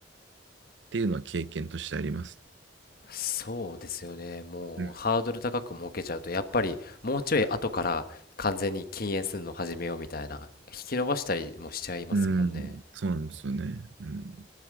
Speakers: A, on the right; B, on the left.
A: っていうのは経験としてあります。
B: そうですよねもうハードル高く設けちゃうとやっぱりもうちょい後から完全に禁煙するの始めようみたいな引き延ばしたりもしちゃいますもんね。
A: うん、うんそうなんですよね。うん